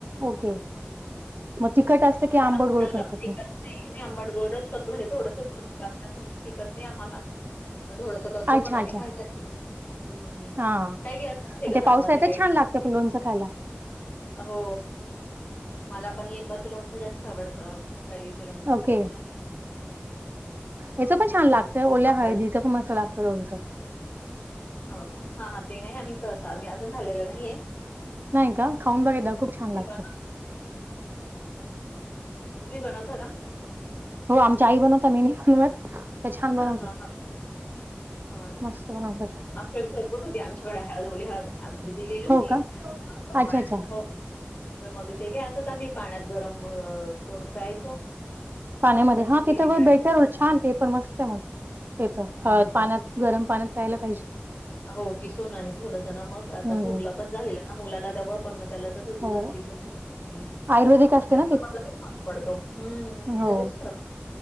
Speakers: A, on the right (about 55°); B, on the left (about 45°).
A: ओके.
B: हं.
A: मग तिखट असतं की
B: म्हणजे
A: आंबड
B: आमचा
A: गोड
B: साप
A: करतात
B: टिकत
A: मग.
B: नाही नाही आंबाडगोडच करतो. म्हणजे थोडंसंच करतो कारण असं टिकत नाही आम्हाला. मग थोडंस करतो
A: अच्छा,
B: पण आम्ही
A: अच्छा.
B: खायसाठी. हम्म
A: हां.
B: <unintelligible> घरांमध्ये
A: ते पावसाळ्यातच
B: काही
A: छान
B: टिकत
A: लागतं
B: नाही.
A: पण लोणचं खायला.
B: हो मला पण लिंबाचं लोणचं. जास्त आवडत काही <unintelligible>
A: ओके.
B: पेक्षा.
A: हेच पण छान लागतंय. ओल्या
B: आंबट
A: हळदीचं पण मस्त लागतं लोनचं.
B: हो का हा हा ते नाही आम्ही सहसा आम्ही अजून खाल्लेलं नाहीये.
A: नाही का खाऊन बघा, एकदा खूप छान लागतं.
B: ते बन तुम्ही बनवता का.
A: हो आमच्या आई बनवतात मी नाही बनवत. त्या छान
B: हा
A: बनवतात.
B: हा हा हा हो ना.
A: मस्त बनवतात.
B: ह मागच्या आठवड्यात भरपूर होती. आमच्याकड ओली हळद म्हणजे दिलेली होती.
A: हो का?
B: मळ्यातून
A: अच्छा, अच्छा.
B: हो. तर मग ते काय असंच आम्ही मी पाण्यात गरम करून प्यायचो.
A: पाण्यामध्ये
B: तशीच
A: हा
B: गेली
A: तिथं
B: ती आणि
A: बेटर उलट छान ते पण मस्त मग तिथं
B: हं.
A: हळद पाण्यात. गरम पाण्यात प्यायला पाहिजे.
B: हो किसूना आणि थोडंसं ना मग, आता
A: हं.
B: खोकला पण झालेला ना मुलांना तेव्हा पण. त्याला तसंच दुधात
A: हो.
B: किसून थोडीशी दिली.
A: आयुर्वेदिक असते
B: <unintelligible>
A: ना ती?
B: पडतो हम्म
A: हो.
B: लगेच भरक